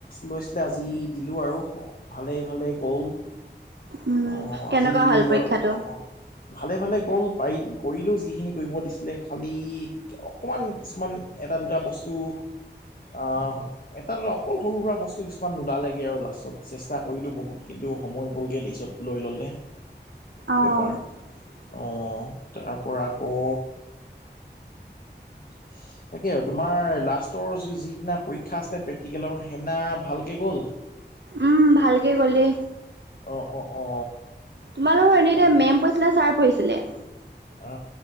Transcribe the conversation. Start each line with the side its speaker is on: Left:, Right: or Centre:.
Left: লৈছিলে আজি দিলোঁ আৰু ভালে ভালে গ'ল।
Right: উম
Left: অ
Right: কেনেকুৱা
Left: আজি
Right: হ'ল পৰীক্ষাটো
Left: অ ভালে ভালে গ'ল পাৰি। কৰিলেও যিখিনি কৰিব দিছিলে খালী অকণমান কিছুমান এটা দুটা বস্তু। আহ এটা দৰে অকল সৰু সুৰা বস্তু কিছুমান নোলালেগে আৰু লাষ্টত চেষ্টা কৰিলো বহুত কিন্তু। সময় গ'লগে তাৰিছত লৈ ল'লে।
Right: অঁ।
Left: পেপাৰ
Right: <unintelligible>
Left: অ তাৰ পৰা আকৌ। উ। তাকে তোমাৰ লাষ্টৰ য যিদিনা পৰীক্ষা আছিলে প্ৰেক্টিকেলৰ সেইদিনা ভালকে গ'ল।
Right: উম ভালকে গলে।
Left: অ অ অ।
Right: তোমালোকৰ এনেই
Left: তাকেই।
Right: এতিয়া মেম পৰিছিলে ছাৰ পৰিছিলে।
Left: অ